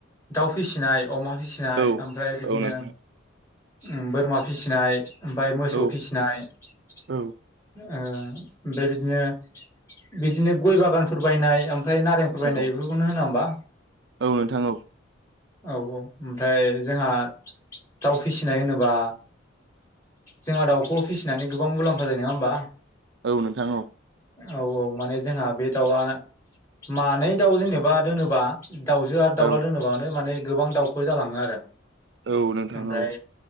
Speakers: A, on the left; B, on the right.
A: दाउ फिसिनाय अमा फिसिनाय
B: औ
A: ओमफ्राय बिदिनो
B: औ नोंथां
A: ओम बोरमा फिसिनाय ओमफ्राय मोसौ
B: औ
A: फिसिनाय ओ
B: औ
A: ओमफ्राय बिदिनो बिदिनो गय बागानफोर बायनाय ओम ओमफाय नारेंफोर
B: औ
A: बायनाय बेफोरखौनो होना होमबा
B: औ नोंथां औ
A: औ औ ओमफ्राय जोंहा दाउ फिसिनाय होनोबा जोंहा दाउखौ फिसिनानै गोबां मुलाम्फा जायो नङा होमबा?
B: औ नोंथां औ
A: औ औ माने जोंहा बे दाउआ मानै दाउ जेनेबा दोनोबा दाउजो आरो दाउला
B: औ
A: दोनोबानो माने गोबां दाउफोर जालाङो आरो
B: औ नोंथां
A: ओमफ्राय
B: औ